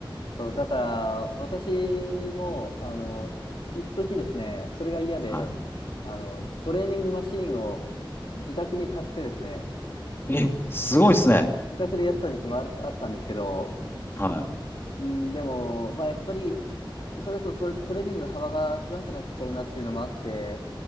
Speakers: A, on the left (about 75°); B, on the left (about 25°).
A: そう、だから、私も、あの、一時ですね、それが嫌で、
B: は
A: あの、トレーニングマシーンを自宅に買ってですね、
B: い。え、すごいっすね。
A: 自宅でやってた時期もある、あったんですけど、
B: はい。
A: うん、でも、まあ、やっぱり、それだとトレ、トレーニングの幅が狭くなっちゃうなっていうのもあって、